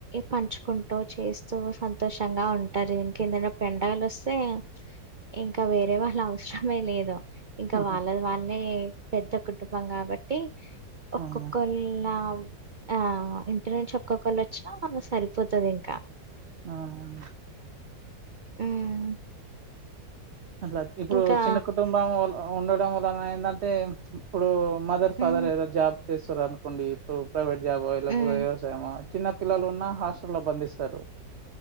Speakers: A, on the right; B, on the right.
A: పంచుకుంటూ చేస్తూ సంతోషంగా ఉంటరు ఇంకేందన్న ఎండలు వస్తే ఇంకా వేరే వాళ్ళ అవసరమే లేదు ఇంక
B: ఉహు,
A: వాళ్ళద్ వాళ్లే పెద్ద కుటుంబం కాబట్టి ఒక్కొక్కళ
B: అవును
A: ఆ ఇ ఇంటి నుంచి ఒక్కొక్కళ్ళ వచ్చినా మనం సరిపోతాది ఇంకా
B: ఆవును
A: ఉమ్
B: అట్లా ఇప్పుడు
A: ఇంకా
B: చిన్న కుటుంబం వల్ల ఉండడం వలన ఏందంటే ఇప్పుడు మదర్ ఫాదర్
A: ఉమ్
B: ఏదో జాబ్ చేస్తురు ఉండి ఇప్పుడు ప్రైవేట్ జాబ్ లేకపోతే
A: ఉమ్
B: వ్యవసాయమా చిన్న పిల్లలు ఉన్నా హాస్టల్లో బంధిస్తరు